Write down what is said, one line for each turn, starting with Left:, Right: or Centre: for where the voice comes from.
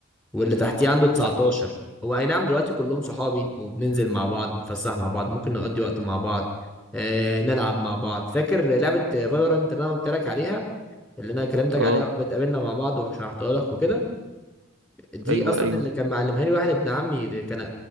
Centre: واللي تحتيه عنده 19
Right: لا
Centre: هو اي نعم دلوقتي كلهم صحابي وبننزل مع بعض نتفسح مع بعض ممكن نقضي وقت مع بعض آه نلعب مع بعض فاكر لعبه فالورانت اللي انا قلت لك عليها اللي انا كلمتك
Right: أه
Centre: عليها بتقابلنا مع بعض وشرحتها لك وكده دي
Right: أيوه
Centre: اصلا
Right: أيوه
Centre: اللي كان معلمها لي واحد ابن عمي ده كان